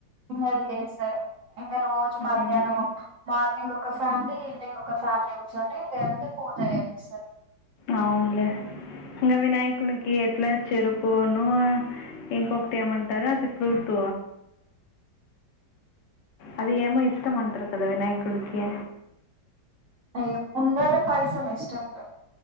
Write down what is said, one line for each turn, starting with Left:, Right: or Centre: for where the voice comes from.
Right: ఇంగ చేస్తారు ఇంగ రోజు మధ్యాహ్నం
Left: ఉమ్.
Right: ఒక మార్నింగ్ ఒక ఫ్యామిలీ ఈవినింగ్ ఒక ఫ్యామిలీ కూర్చొని దేవునికి పూజ చేపిస్తారు
Left: అవునులే ఇంకా వినాయకునికి ఎట్లా చెరుపును ఇంకొకటి ఏమంటారు అది ఫ్రూట్ అది ఏమో ఇష్టంమంటారు కదా వినాయకుడికి
Right: అయ్య ఉండ్రల పాయసం ఇష్టం కా